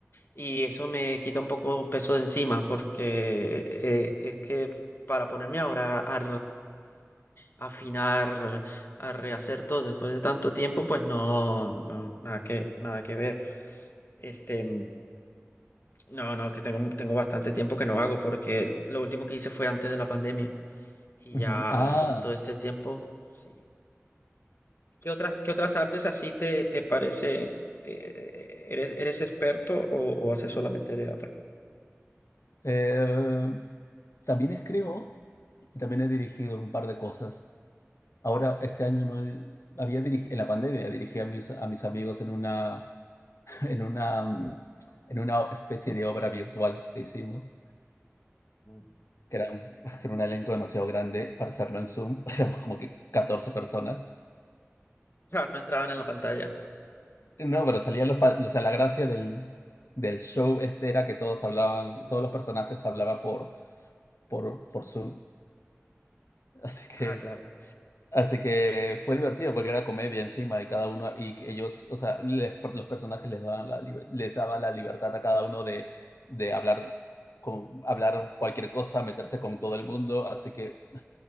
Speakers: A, on the left; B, on the left.
A: Y eso me quita un poco peso de encima porque eh, es que para ponerme ahora a afinar, a rehacer todo después de tanto tiempo, pues no, no, nada que, nada que ver. Este, no, no, que tengo, tengo bastante tiempo que no hago porque lo último que hice fue antes de la pandemia y
B: ujú.
A: ya
B: Ah,
A: en todo este tiempo, sí. ¿Qué otras, qué otras artes así te, te parece? eh, ¿eres, eres experto o, o haces solamente teatro?
B: eh, también escribo, también he dirigido un par de cosas. Ahora, este año no he- había dirigi- en la pandemia dirigí a mis, a mis amigos en una, <laughs> en una, mm, en una especie de obra virtual que hicimos,
A: Mm.
B: que era un, <laughs> era un elenco demasiado grande para hacerlo en Zoom, <laughs> éramos como que 14 personas.
A: Ah, no entraban en la pantalla.
B: No, pero salían los, pa- o sea, la gracia del, del show este era que todos hablaban, todos los personajes hablaban por, por, por Zoom, así
A: Ah,
B: que
A: claro.
B: Así que fue divertido porque era comedia encima y cada uno, y ellos, o sea, les- los personajes les daban la, libe- les daba la libertad a cada uno de, de hablar, con, hablar cualquier cosa, meterse con todo el mundo, así que